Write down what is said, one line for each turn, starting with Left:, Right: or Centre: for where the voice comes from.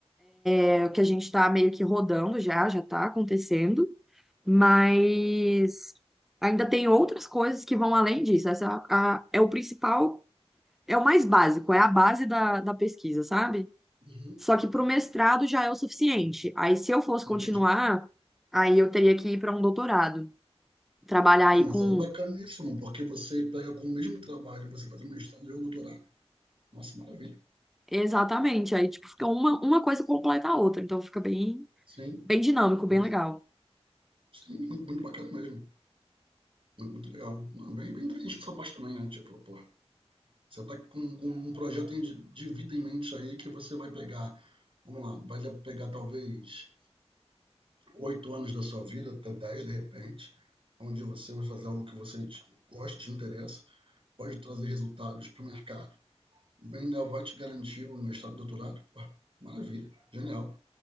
Centre: É o que a gente está meio que rodando já, já está acontecendo, mas ainda tem outras coisas que vão além disso. Essa é, a- a- é o principal, é o mais básico, é a base da, da pesquisa, sabe?
Right: uhum,
Centre: Só que para o mestrado já é o suficiente. Aí, se eu fosse
Right: entendi.
Centre: continuar, aí eu teria que ir para um doutorado, trabalhar
Right: Não,
Centre: aí
Right: mas
Centre: com.
Right: aí bacaníssimo, porque você pega com o mesmo trabalho, você faz um mestrado e um doutorado. Nossa, maravilha.
Centre: Exatamente, aí tipo, fica uma, uma coisa completa a outra, então fica bem,
Right: Sim,
Centre: bem dinâmico,
Right: nossa,
Centre: bem legal.
Right: sim, muito, muito bacana mesmo. Muito, muito legal. Não, bem, bem inteligente essa parte também, né? Tipo, pô, você tá com, com um projeto em- de, de vida em mente aí que você vai pegar, vamos lá, vai le- pegar talvez oito anos da sua vida, até dez de repente, onde você vai fazer algo que você te- gosta, te interessa, pode trazer resultados para o mercado Ainda vai te garantir o mestrado e doutorado? Porra, maravilha, genial,